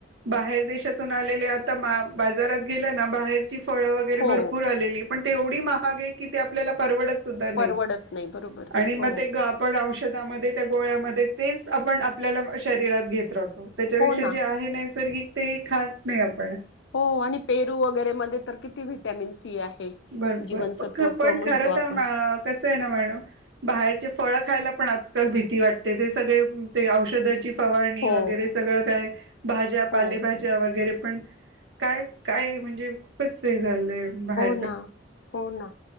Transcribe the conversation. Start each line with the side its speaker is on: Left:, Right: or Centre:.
Right: बाहेर देशात आलेले आता मा बाजारात गेल्या ना बाहेरची फळं वगैरे
Left: हो
Right: भरपूर आलेली. पण ते एवढी महाग आहे की ते आपल्याला परवडत सुद्धा नाही
Left: परवडत नाही बरोबर
Right: आणि मग
Left: हो
Right: ते आपण औषधामध्ये त्या गोळ्यामध्ये तेच आपण आपल्याला शरीरात घेत राहतो. त्याच्यापेक्षा
Left: हो ना
Right: जे आहे नैसर्गिक ते खात नाही आपण.
Left: हो आणि पेरू वगैरे मध्ये तर किती व्हटॅमिन सी आहे.
Right: भरपूर
Left: जीवनसत्व
Right: पण
Left: क म्हणतो
Right: खरं
Left: आपण
Right: तर कसं आहे ना मॅडम बाहेरचे फळं खायला पण आज काल भीती वाटते ते सगळे ते औषधाची फवारणी
Left: हो
Right: वगैरे सगळं काय भाज्या,
Left: हो
Right: पालेभाज्या वगरे पण काय काय म्हणजे खूपच झालंय बाहेर
Left: हो ना